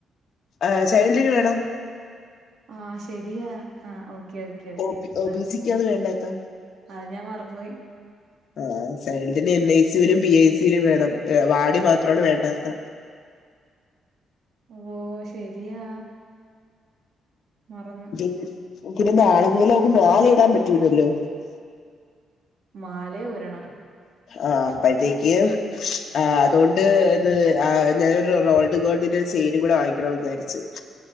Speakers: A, on the left; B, on the right.
A: ആ ചൈൽഡിന് വേണം
B: ആ ശെരിയാ ആ ഓക്കെ ഓക്കെ ഓക്കെ
A: ഒ ഒ
B: ആ
A: ബി സിക്കാണ് വേണ്ടാത്ത
B: അത് ഞാൻ മർന്നോയ്
A: ആ ചൈൽഡിന് എൻ ഐ സി വരും പി ഐ സിൽ വേണം വാർഡി മാത്രമാണ് വേണ്ടാത്ത
B: ഓ ശരിയാ മറന്നു
A: ഇൻ പിന്നെ നാളെ മുതൽ അവക്ക് മാലയിടാൻ പറ്റൂലല്ലോ
B: മാലേം ഊരണം
A: ആ അപ്പഴത്തേക്ക് ആ അതോണ്ട് ഇത് ആ ഞാനൊരു റോൾഡ് ഗോൾഡിന്റെ ഒരു ചെയിനും കൂടെ വാങ്ങിക്കണോന്ന് വിചാരിച്ച്